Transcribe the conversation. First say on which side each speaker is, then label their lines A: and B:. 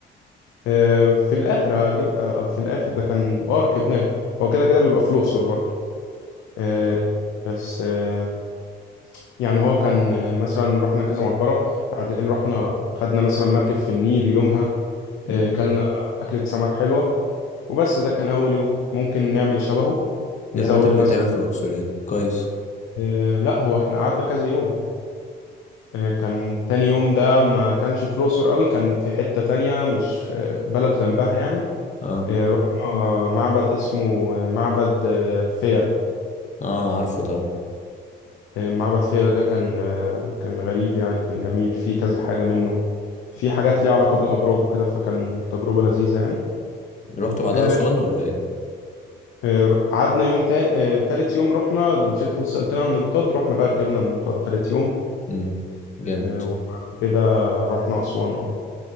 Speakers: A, on the left; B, on the left.
A: آه، في الاخر هجيب آه، في الاخر ده كان اه ركبناه هو كده كده بيبقى في الاقصر برضه آه، بس آه، يعني هو كان مثلا رحنا كذا مقبرة بعدين رحنا خدنا مثلا مركب في النيل يومها آه،
B: امم
A: كلنا أكلة سمك حلوة وبس ده كان أول يوم ممكن نعمل شبهه
B: دي
A: نزود
B: الحاجات اللي
A: مثلا
B: تعمل في الأقصر يعني كويس
A: آه، لا هو احنا قعدنا كذا يوم آه، كان تاني يوم ده ما كانش في الأقصر قوي كان في حتة تانية مش في آه، بلد جنبها يعني
B: اه
A: آه، رحنا معبد اسمه آه، معبد آه، فيلة
B: اه عارفه طبعا
A: آه، معبد فيلة ده كان آه، كان غريب يعني كان جميل فيه كذا حاجة منه في حاجات ليها علاقة بالأبراج وكده فكان تجربة لذيذة يعني
B: رحت بعدها
A: آه،
B: أسوان ولا ايه؟
A: آه، قعدنا يوم تا... آه، تالت يوم رحنا مش انت كنت سألتنا على المنطاد رحنا بقى ركبنا المنطاد تالت يوم
B: امم جامد
A: آه، وبعد كده رحنا أسوان اه